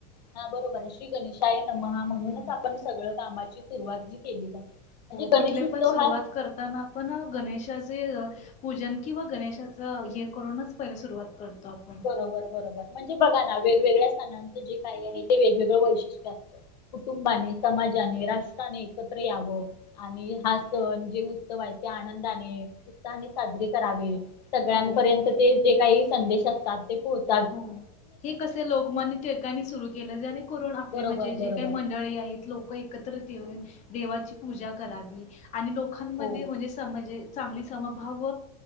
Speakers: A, on the left; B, on the left.
A: हा बरोबर आहे श्री गणेशाय नमह म्हणूनच
B: हा.
A: आपण सगळं कामाची सुरुवात जी केली जाते. म्हणजे
B: हो
A: गणेशोत्सव
B: कुठले पण सुरुवात
A: हा
B: करताना पण गणेशाचे पूजन किंवा गणेशाचं हे करूनच पहिला सुरुवात करतो आप
A: बरोबर बरोबर म्हणजे बघा ना, वेगवेगळ्या सणांचं जे काही आहे तेेगवेगळं वैशिष्ट्य असतं. कुटुंबाने समाजाने राष्ट्राने एकत्र यावं. आणि हा सण जे उत्सव आहे ते आनंदाने उत्साहाने साजरे करावे. सगळ्यांपर्यंत
B: हो
A: ते जे काही संदेश असतात ते पोहच.
B: हो हे कस लोकमान्य टिळकांणी सुरू केलं, जेणेकरून आपले
A: बरोबर
B: म्हणजे जे
A: बरोबर
B: काही मंडळी आहेत. लोक एकत्र येऊन देवाची पूजा करावी. आणि लोकांमध्ये
A: हो
B: म्हणजे समजे चांगली समभाव